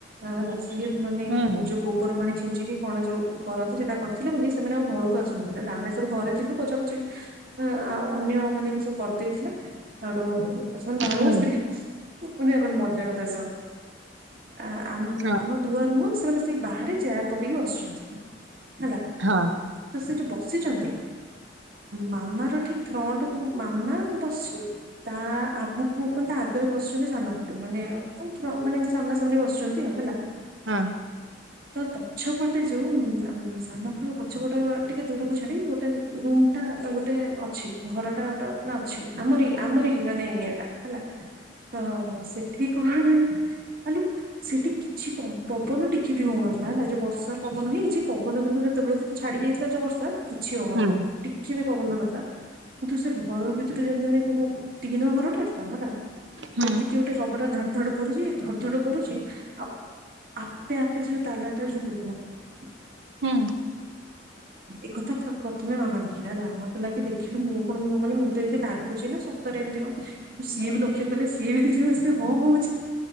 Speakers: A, on the right; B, on the right.
A: ହେଲା। ସିଏ ମାନେ
B: ହୁଁ
A: ଯୋଉ ଗୋବର ପାଣି ଛିଞ୍ଚି ଏଠିକି କଣ ଯୋଉ କରନ୍ତି ସେଟା କରିଥିଲେ ବୋଲି ସେମାନେ ଆଉ ଘରୁ <unintelligible> ହେଲେ ଆମେ ସବୁ ଘରେ ଥିଲୁ ପୋ‌ଛା ପୋଛି ଆଉ ଅନ୍ୟ ମାନେ ସବୁ କରିଦେଇଥିଲେ ହେଠୁ ସେମାନେ ବାହାରେ
B: ହୁଁ
A: ବସିଥିଲି ମାନେ କଣ ମଜା କଥା ଶୁଣ୍? ଆ ଆମ
B: ହଁ
A: ଆମ ଦୁଆର ମୁହଁ ସେମାନେ ସେ ବାହାରେ ଚେୟାର ପକେଇକି ବସିଛନ୍ତି। ହେଲା
B: ହଁ।
A: ତ ସେଠି ବସିଛନ୍ତି ମାମା ର ଠିକ ଫ୍ରଣ୍ଟ କୁ ମାମା ବସିଚି ତା ଆଗକୁ ମାନେ ସେ ଆଗରେ ବସୁଛନ୍ତି ସାନଖୁଡ଼ୀ ମାନେ ହଁ ମାନେ ସାମ୍ନା ସାମ୍ନି ବସୁଛନ୍ତି ହେଲା।
B: ହଁ।
A: ତ ପଛପଟେ ଯୋଉ ସାନଖୁଡ଼ୀଙ୍କ ପ ପଛ ପଟ ଟିକେ ଦୂରକୁ ଛାଡି଼ ଗୋଟେ ରୁମ୍ ଟା ଗୋଟେ ଅଛି ଘରଟା ଗୋଟେ ମାନେ ଅଛି ଆମରି ଆମରି ମାନେ ଇଏଟା ହେଲା ତ ସେଠି କଣ ନା ଆଲୋ ସେଠି କିଛି ପବନ ଟିକେ ବି ହଉନଥିଲା ହେଲାକି ଯୋଉ ବର୍ଷା ପବନ ହେଇଛି ପବନ କିନ୍ତୁ ଯେତେବେଳେ ସେ ଛାଡି ଯାଇଥିଲା ଯୋଉ ବର୍ଷା କିଛି ହଉନଥିଲା
B: ହୁଁ
A: ଟିକେ ବି ପବନ ନଥିଲା କିନ୍ତୁ ସେ ଘର ଭିତରେ ଯେମିତି ମାନେ ଟିଣ ଘରଟା ତ ହେଲା
B: ହୁଁ
A: ଯେମିତି କିଏ ଗୋଟେ କବଟା ଧାଡୁ଼ ଧାଡୁ଼ କରୁଛି ଧଡ଼ ଧଡ଼ କରୁଛି ଆପ୍ ଆପେ ଆପ୍ <unintelligible>
B: ହୁଁ।
A: ଏକଥା ପ୍ରଥମେ ମାମା ଦେଖିବେ ଯା ମାମା କହିଲା କି ଦେଖିଲୁ ମୁଁ କଣ ମାନେ ମୁଁ ତ ଏମିତି ଲାଗୁଛି ନା ସତରେ ଏମିତି କଣ କିନ୍ତୁ ସିଏ ବି ଲକ୍ଷ କଲେ ସିଏ ବି ଦେଖିଲେ ସିଏ ଭଁ ହଉଛି